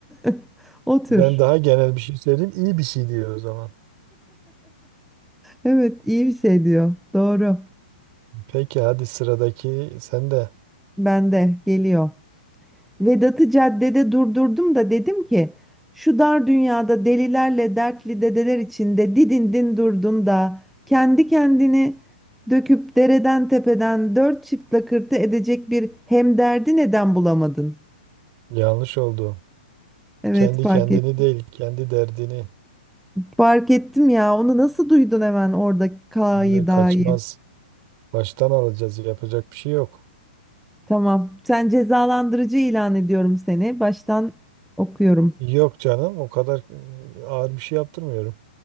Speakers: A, in the centre; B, on the right (about 35°).
A: <laughs> Otur.
B: Ben daha genel bir şey söyleyeyim. İyi bir şey diyor o zaman.
A: Evet iyi bir şey diyor. Doğru.
B: Peki hadi sıradaki sen de
A: Bende geliyor. Vedat'ı caddede durdurdum da dedim ki şu dar dünyada delilerle dertli dedeler içinde didindin durdun da kendi kendini döküp dereden tepeden dört çift lakırtı edecek bir hemderdi neden bulamadın?
B: yanlış oldu.
A: Evet
B: Kendi
A: fark
B: kendini
A: ettim.
B: değil, kendi derdini.
A: Fark ettim ya onu nasıl duydun hemen orada K'yı
B: Öyle kaçmaz.
A: da'yı.
B: Baştan alacağız. Yapacak bir şey yok.
A: Tamam sen cezalandırıcı ilan ediyorum seni baştan okuyorum.
B: Yok canım, o kadar mm, ağır bir şey yaptırmıyorum.